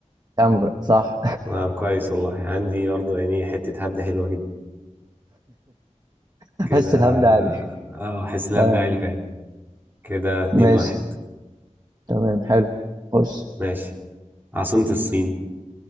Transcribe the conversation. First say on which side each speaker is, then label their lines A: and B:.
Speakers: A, on the right; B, on the right.
A: كامبرا صح
B: آه كويس والله عندي برضه يعني حتة هبدة حلوة كده
A: <laughs>
B: كده
A: حس الهبد عالي
B: اه حاسس ان
A: تمام
B: ابدا عالي فعلا كده اتنين
A: ماشي
B: واحد
A: تمام حلو بص
B: ماشي عاصمة الصين